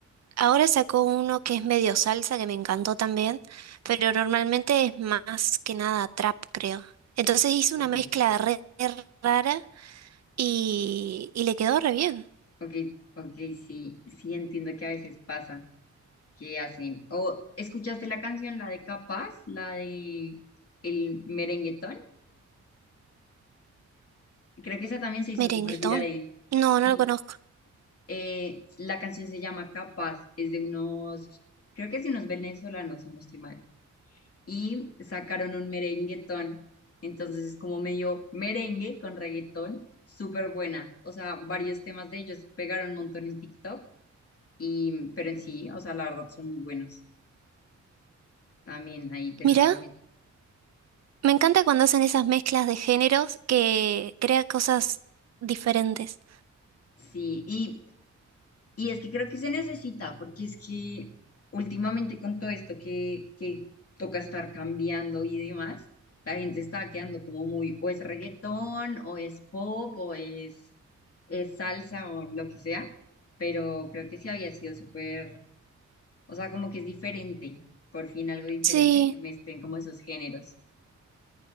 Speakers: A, on the right; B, on the left.
A: Ahora sacó uno que es medio salsa, que me encantó también, pero normalmente es más que nada trap, creo. Entonces hice
B: ok,
A: una mezcla re, re rara y, y le quedó re bien.
B: ok, ok, sí, sí entiendo que a veces pasa. que hacen. ¿O escuchaste la canción, la de Capaz, la de el merenguetón? Creo que esa también se hizo
A: Merenguetón.
B: súper viral en...
A: No,
B: Sí,
A: no lo conozco.
B: eh, la canción se llama Capaz, es de unos, creo que es de unos venezolanos, si no estoy mal. Y sacaron un merenguetón, entonces es como medio merengue con reggaetón, súper buena. O sea, varios temas de ellos pegaron un montón en TikTok, y, pero en sí, o sea, la verdad son muy buenos. También ahí te lo
A: Mirá,
B: recomiendo.
A: me encanta cuando hacen esas mezclas de géneros que crea cosas diferentes.
B: Sí, y Y es que creo que se necesita, porque es que últimamente con todo esto que, que toca estar cambiando y demás, la gente está quedando como muy, o es reggaetón, o es pop, o es, es salsa, o lo que sea, pero creo que sí había sido súper, o sea, como que es diferente, por fin algo diferente
A: Sí,
B: que mezclen como esos géneros.